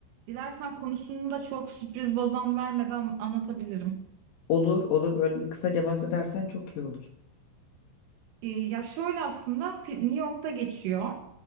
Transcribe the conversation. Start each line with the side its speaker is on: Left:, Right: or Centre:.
Right: Dilersen konusunu da çok sürpriz bozan vermeden anlatabilirim.
Left: Olur, olur. Böyle bir kısaca bahsedersen çok iyi olur.
Right: E, ya şöyle aslında fi- New York'ta geçiyor.